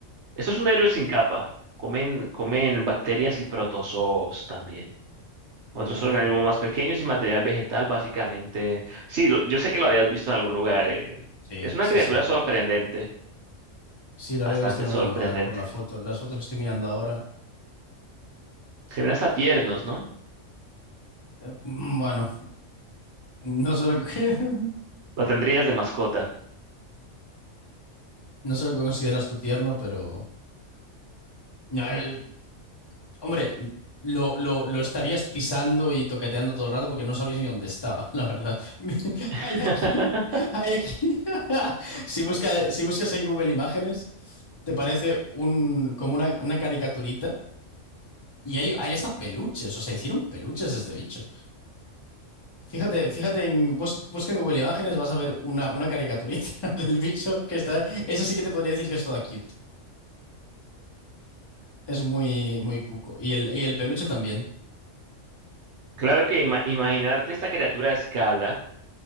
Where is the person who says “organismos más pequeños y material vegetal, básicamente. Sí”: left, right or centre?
Right